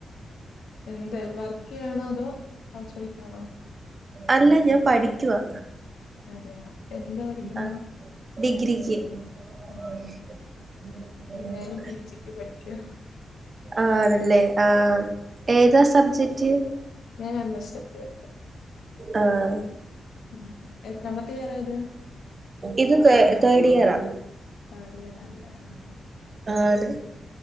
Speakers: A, on the left (about 80°); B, on the right (about 45°).
A: എന്താ വർക്ക് ചെയ്യാണോ? അതോ ഹൗസ് വൈഫാണോ?
B: അല്ല ഞാൻ പഠിക്കുവാ
A: അതെയാ എന്താ പഠിക്കുന്നേ?
B: ആഹ് <inaudible>
A: ആഹ് ഞാനും പി ജി ക്ക് പഠിക്കാ
B: ആണല്ലേ? ആഹ് ഏതാ സബ്ജക്റ്റ്?
A: ഞാൻ എം. എസ് <unintelligible>
B: ആഹ്
A: ഉം എത്രമത്തെ ഇയറാ ഇത്?
B: ഇത് തേഡിയറാ
A: തേഡിയറാല്ലേ? ആഹ് ഹാ
B: ആണ്